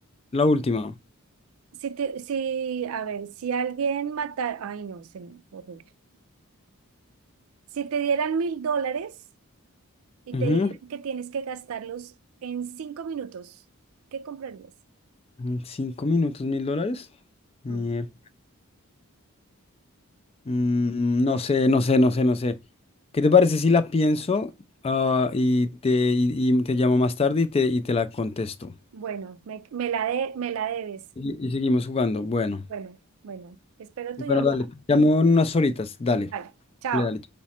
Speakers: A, on the left; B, on the right.
A: La última.
B: si te, si, a ver, si alguien matara, ay no, se me horrible. Si te dieran mil dólares y
A: Ujú.
B: te dijeran que tienes que gastarlos en cinco minutos, ¿qué comprarías?
A: Mm, Cinco minutos, mil dólares. Mier-
B: Mm,
A: Mm, no sé, no sé, no sé, no sé. ¿Qué te parece si la pienso ah, y te, y, y te llamo más tarde y te, y te la contesto?
B: Bueno, me, me la de, me la debes.
A: Y, y seguimos jugando. Bueno,
B: Bueno, bueno, espero tu
A: bueno,
B: llamada.
A: dale. te Llamo en unas horitas. Dale,
B: Vale, chao.
A: dale, dale.